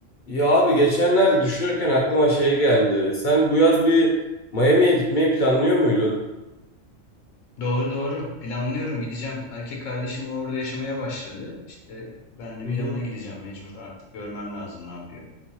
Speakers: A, on the left; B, on the left.
A: Ya abi geçenlerde düşünürken aklıma şey geldi. Sen bu yaz bir Miami'ye gitmeyi planlıyor muydun?
B: Doğru doğru. Planlıyorum gideceğim. Erkek kardeşim orada yaşamaya başladı. İşte ben de
A: Hı
B: bir
A: hı.
B: yanına gideceğim mecbur artık. Görmem lazım ne yapıyor.